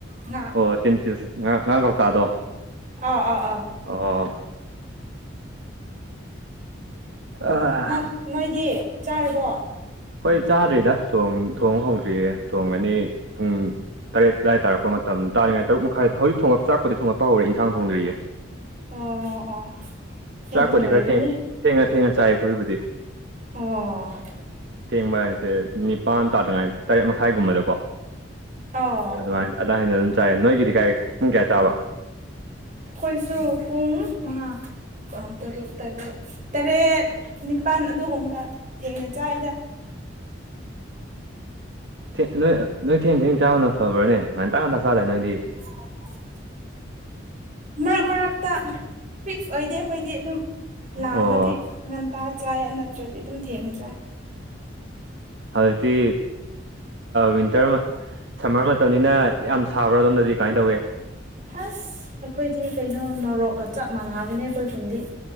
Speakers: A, on the right; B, on the right.
A: ꯉꯥ
B: ꯑꯣ ꯇꯤꯟꯐꯤꯁ ꯉꯥ ꯉꯥ ꯀꯧꯇꯥꯗꯣ
A: ꯑꯥ ꯑꯥ ꯑꯥ
B: ꯑꯣ ꯑꯥ
A: ꯅꯪ ꯅꯣꯏꯗꯤ ꯆꯥꯔꯕꯣ
B: ꯍꯣꯏ ꯆꯥꯗ꯭ꯔꯤꯗ ꯊꯣꯡ ꯊꯣꯡ ꯍꯧꯗ꯭ꯔꯤꯌꯦ ꯊꯣꯡꯉꯅꯤ ꯄꯨꯡ ꯇꯔꯦꯠ ꯑꯗꯥꯏ ꯇꯔꯛꯄ ꯃꯇꯝ ꯇꯥꯔꯤꯉꯩ ꯇꯔꯨꯛ ꯃꯈꯥꯏ ꯍꯧꯖꯤꯛ ꯊꯣꯡꯉꯛ ꯆꯥꯛꯄꯨꯗꯤ ꯊꯣꯉꯛꯄ ꯍꯧꯔꯦ ꯏꯟꯁꯥꯡ ꯊꯣꯡꯗ꯭ꯔꯤꯌꯦ
A: ꯑꯣ ꯑꯣ ꯑꯩꯗꯤ
B: ꯆꯥꯛꯄꯨꯗꯤ
A: ꯂꯣꯏꯔꯅꯤ
B: ꯈꯔ ꯊꯦꯡ ꯊꯦꯡꯉ ꯊꯦꯡꯉ ꯆꯥꯏ ꯑꯩꯈꯣꯏꯕꯨꯗꯤ
A: ꯑꯣ
B: ꯊꯦꯡꯕ ꯍꯥꯏꯁꯦ ꯅꯤꯄꯥꯟ ꯇꯥꯗ꯭ꯔꯤꯉꯥꯏ ꯇꯔꯦꯠ ꯃꯈꯥꯏꯒꯨꯝꯕꯗꯀꯣ
A: ꯑꯣ
B: ꯑꯗꯨꯃꯥꯏꯅ ꯑꯗꯥꯏ ꯅ ꯑꯗꯨꯝ ꯆꯥꯏ ꯅꯣꯏꯒꯤꯗꯤ ꯀꯥꯏ ꯄꯨꯡ ꯀꯌꯥ ꯆꯥꯕ
A: ꯑꯩꯈꯣꯏꯁꯨ ꯄꯨꯡ ꯃꯉꯥ ꯇꯔꯨꯛ ꯇꯔꯦꯠ ꯇꯔꯦꯠ ꯅꯤꯄꯥꯜ ꯑꯗꯨꯒꯨꯝꯕꯗ ꯊꯦꯡꯅ ꯆꯥꯏꯗ
B: ꯊꯦꯡ ꯅꯣꯏ ꯅꯣꯏ ꯊꯦꯡ ꯊꯦꯡ ꯆꯥꯕꯅ ꯐꯕ꯭ꯔꯥꯅꯦ ꯑ ꯉꯟꯇ ꯉꯟꯇꯥ ꯆꯥꯗꯥꯏꯅꯦ ꯅꯣꯏꯗꯤ
A: ꯑꯣ ꯃꯔꯛ ꯃꯔꯛꯇ ꯐꯤꯛꯁ ꯑꯣꯏꯗꯦ ꯑꯩꯈꯣꯏꯗꯤ ꯑꯗꯨꯝ ꯂꯥꯝꯃꯗꯤ
B: ꯑꯣ
A: ꯉꯟꯇꯥ ꯆꯥꯏ ꯅꯠꯇ꯭ꯔꯗꯤ ꯑꯗꯨꯝ ꯊꯦꯡꯅ ꯆꯥꯏ
B: ꯍꯧꯖꯤꯛꯇꯤ ꯋꯤꯟꯇꯔ ꯁꯝꯃꯔ ꯃꯇꯝꯅꯤꯅ ꯌꯥꯝ ꯁꯥꯕ꯭ꯔꯥꯗꯣꯝꯗꯗꯤ ꯀꯃꯥꯏꯅ ꯇꯧꯋꯤ
A: ꯑꯁ ꯑꯩꯈꯣꯏꯗꯤ ꯀꯩꯅꯣ ꯅꯣꯔꯣꯛꯒ ꯆꯞ ꯃꯥꯟꯅꯒꯅꯦ ꯑꯩꯈꯣꯏ ꯈꯨꯟꯗꯤ